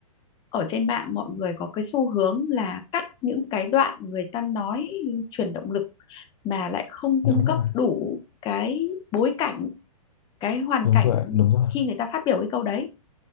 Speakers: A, on the left; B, on the left.
A: ở trên mạng mọi người có cái xu hướng là cắt những cái đoạn người ta nói truyền động lực mà lại không cung
B: đúng
A: cấp
B: rồi
A: đủ cái bối cảnh cái hoàn
B: đúng
A: cảnh
B: rồi ạ, đúng rồi
A: khi người ta phát biểu cái câu đấy